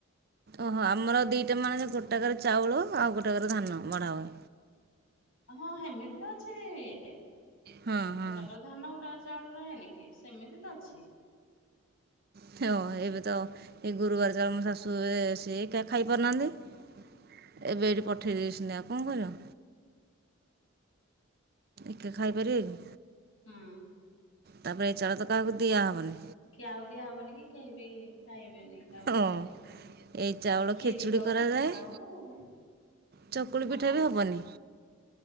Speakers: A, on the right; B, on the left.
A: ଓହୋ ଆମର ଦିଟା ମାଣ ଗୋଟାକରେ ଚାଉଳ ଆଉ ଗୋଟାକରେ ଧାନ ବଢା ହୁଏ।
B: ହଁ ସେମିତି ତ ଅଛି। ଗୋଟା
A: ହଁ ହଁ
B: କରେ ଧାନ ଗୋଟେ ଆ ଚାଉଳ ରହେ ନିକି। ସେମିତି ତ ଅଛି।
A: ହଁ ଏବେ ତ ଏଇ ଗୁରୁବାର ତ ଶାଶୁ ଶ ଟା ଖାଇପାରୁନାହାନ୍ତି
B: ହୁଁ
A: ଏବେ ଏଇଠି ପଠେଇ ଦେଇେସି ଆଉ କଣ କରିଵ। ଟିକେ ଖାଇପାରିବେ କି?
B: ହୁଁ
A: ତାପରେ ଏ ଚଳ ତ କାହାକୁ ଦିଆହବନି।
B: କିଏ ଆଉ ଦିଆ ହବନି କି କେହି ବି ଖାଇବେନି? ଆ
A: ହଁ
B: ଦିଆଯିବନି
A: ଏଇ ଚାଉଳ
B: ତମେ ଖିରି
A: ଖେଚୁଡ଼ି
B: ହଉ
A: କରାଯାଏ
B: ପିଠା ହଉ ହ
A: ଚକୁଳି ପିଠା
B: ମ
A: ବି ହେବନି